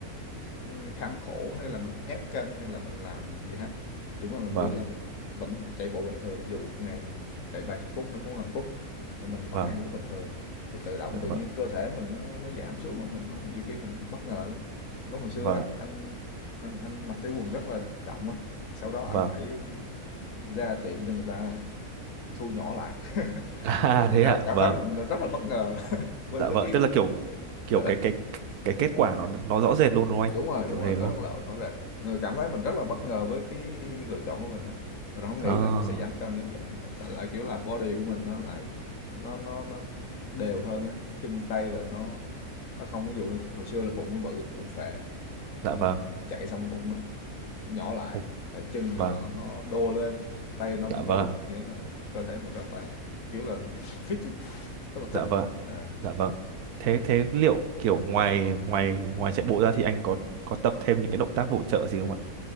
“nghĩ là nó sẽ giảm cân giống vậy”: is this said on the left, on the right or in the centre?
Left